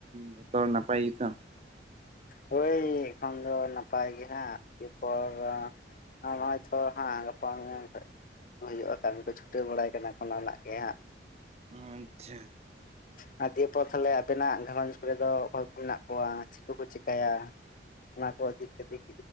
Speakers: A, on the right; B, on the left.
A: ᱡᱚᱛᱚ ᱱᱟᱯᱟᱭ ᱜᱮᱛᱚ?
B: ᱦᱚᱭ ᱮᱠᱷᱚᱱ ᱫᱚ ᱱᱟᱯᱟᱭ ᱜᱮᱦᱟᱸᱜ ᱮᱨᱯᱚᱨ ᱟᱢᱟ ᱪᱷᱚ ᱦᱮᱸ ᱜᱟᱯᱟ ᱢᱮᱭᱟᱝ ᱠᱷᱟᱱ ᱦᱩᱭᱩᱜᱼᱟ ᱠᱟᱹᱢᱤ ᱠᱚ ᱪᱷᱩᱴᱟᱹᱣ ᱵᱟᱲᱟᱭ ᱠᱟᱱᱟ ᱠᱩ ᱚᱱᱟ ᱨᱮᱱᱟᱜ ᱜᱮ ᱦᱟᱸᱜ
A: ᱟᱪᱪᱷᱟ
B: ᱚᱱᱟ ᱫᱤᱭᱮ ᱯᱚᱨ ᱛᱟᱦᱞᱮ ᱟᱵᱮᱱᱟᱜ ᱜᱷᱟᱨᱚᱧᱡᱽ ᱠᱚᱨᱮ ᱫᱚ ᱚᱠᱚᱭ ᱠᱚ ᱢᱮᱱᱟᱜ ᱠᱚᱣᱟ ᱪᱮᱫ ᱠᱚ ᱠᱚ ᱪᱤᱠᱟᱹ ᱪᱤᱠᱟᱭᱟ ᱚᱱᱟ ᱠᱚ ᱱᱤᱛ ᱦᱟᱹᱵᱤᱡ